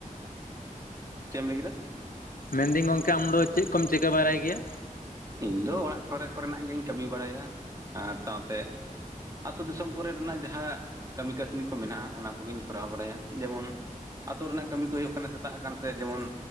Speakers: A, on the right; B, on the left.
A: ᱪᱮᱫ ᱮᱢ ᱞᱟᱹᱭ ᱠᱮᱫᱟ?
B: ᱢᱮᱱᱫᱟᱹᱧ ᱜᱚᱝᱠᱮ ᱟᱢᱫᱚ ᱪᱮᱫ ᱠᱚᱢ ᱪᱤᱠᱟᱹ ᱵᱟᱲᱟᱭ ᱜᱮᱭᱟ?
A: ᱤᱧ ᱫᱚ ᱚᱲᱟᱜ ᱠᱚᱨᱮ ᱠᱚᱨᱮᱱᱟᱜ ᱜᱮᱧ ᱠᱟᱹᱢᱤ ᱵᱟᱲᱟᱭᱟ ᱟᱨ ᱥᱟᱶᱛᱮ ᱟᱹᱛᱳ ᱫᱤᱥᱚᱢ ᱠᱚᱨᱮ ᱱᱟᱜ ᱡᱟᱦᱟᱸ ᱠᱟᱹᱢᱤ ᱠᱟᱹᱥᱱᱤ ᱠᱚ ᱢᱮᱱᱟᱜᱼᱟ᱾ ᱚᱱᱟ ᱠᱚᱜᱤᱧ ᱠᱚᱨᱟᱣ ᱵᱟᱲᱟᱭᱟ, ᱡᱮᱢᱚᱱ ᱟᱹᱛᱩ ᱨᱮᱱᱟᱜ ᱠᱟᱹᱢᱤ ᱠᱚ ᱦᱩᱭᱩᱜ ᱠᱟᱱᱟ ᱥᱮᱛᱟᱜ ᱟᱠᱟᱱ ᱥᱮ ᱡᱮᱢᱚᱱ